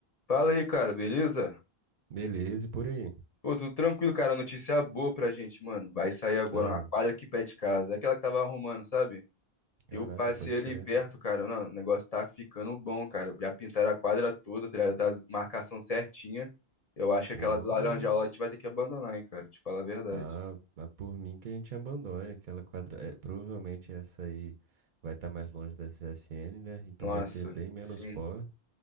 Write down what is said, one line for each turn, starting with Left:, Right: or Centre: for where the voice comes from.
Left: Fala aí, cara, beleza?
Right: Beleza, e por aí?
Left: Pô, tudo tranquilo, cara. Notícia boa pra gente, mano. Vai sair agora
Right: Ah,
Left: uma quadra aqui perto de casa. É aquela que tava arrumando, sabe?
Right: caraca,
Left: Eu passei
Right: pode
Left: ali
Right: crer.
Left: perto, cara. Não, o negócio tá ficando bom, cara. Já pintaram a quadra toda, tá ligado? Tá a marcação certinha. Eu acho que
Right: Pô,
Left: aquela do Laranjal lá a gente vai ter que abandonar, hein, cara. Te falar a verdade.
Right: ah, mas por mim que a gente abandone aquela quadra. é, provavelmente essa aí vai estar mais longe da CSN, né? Então
Left: Nossa,
Right: vai ter bem menos
Left: sim.
Right: pó.